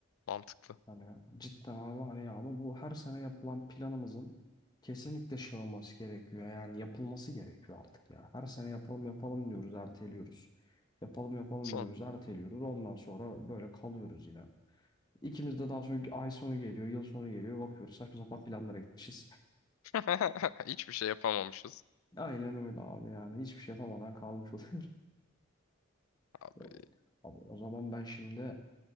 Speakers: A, on the left; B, on the left.
A: Mantıklı.
B: Hani cidden abi hani ya ama bu her sene yapılan planımızın kesinlikle şey olması gerekiyor. Yani yapılması gerekiyor artık ya. Her sene yapalım yapalım diyoruz erteliyoruz. Yapalım yapalım
A: Son.
B: diyoruz erteliyoruz. Ondan sonra böyle kalıyoruz yine. İkimiz de daha sonra ay sonu geliyor, yıl sonu geliyor. Bakıyoruz saçma sapan planlara gitmişiz.
A: <laughs> Hiçbir şey yapamamışız.
B: <laughs> Aynen öyle abi yani. Hiçbir şey yapamadan kalmış oluyoruz.
A: Abi
B: Yok. Abi, o zaman ben şimdi